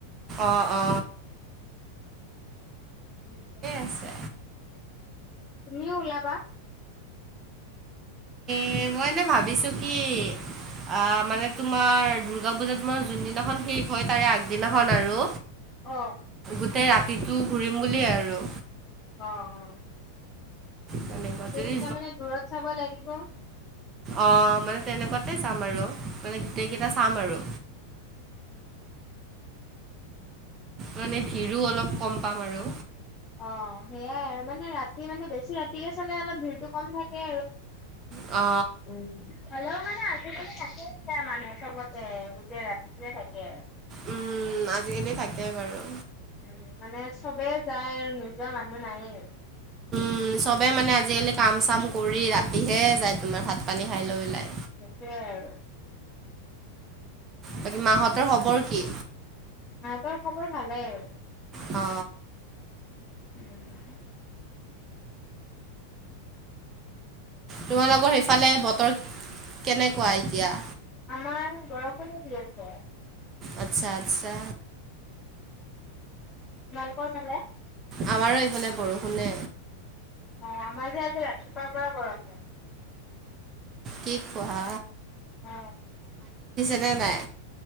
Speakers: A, on the right; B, on the left.
A: অ অ
B: <unintelligible> <unintelligible>
A: আছে
B: তুমিও ওলাবা
A: এ মই টো ভাবিছো কি আহ মানে তোমাৰ দুৰ্গা পূজাত জোনদিনাখন শেষ হয় তাৰে আগদিনাখন আৰু
B: অ
A: তাতে ৰাতিটো ঘূৰিম বুলিয়েই আৰু
B: অ অ
A: তেনেকুৱা
B: গোটেই
A: যদি
B: কেইটা মানে দূৰত চাব লাগিব
A: অ মানে তেনেকুৱাতে যাম আৰু মানে গোটেই কেইটা চাম আৰু মানে ভিৰো অলপ কম পাম আৰু
B: অ হেয়াই আৰু মানে ৰাতি মানে বেছি ৰাতিকে চালে অলপ ভিৰটো কম থাকে আৰু
A: অ
B: উম হ'লেও মানে আজিকালি থাকে এতিয়া মানুহ সবতে গোটেই ৰাতিটোৱে থাকে
A: উম, আজিকালি থাকে বাৰু
B: উম মানে সবে যায় আৰু নোযোৱা মানুহ নাইয়ে
A: উম সবে মানে আজিকালি কাম-চাম কৰি ৰাতিহে যায় তোমাৰ ভাত-পানী খাই লৈ পেলাই
B: হেয়াই আৰু
A: বাকী মাহঁতৰ খবৰ কি
B: তাৰ খবৰ ভালেই আৰু
A: অ
B: <inaudible>
A: তোমালোকৰ সেইফালে বতৰ কেনেকুৱা এতিয়া
B: আমাৰ বৰষুণে দি আছে
A: আচ্ছা আচ্ছা
B: তোমালোকৰ ফালে
A: আমাৰো এইফালে বৰষুণে
B: অ আমাৰ যে আজি ৰাতিপুৱাৰ পৰা বৰষুণ
A: কি কোৱা
B: অ
A: নাই নাই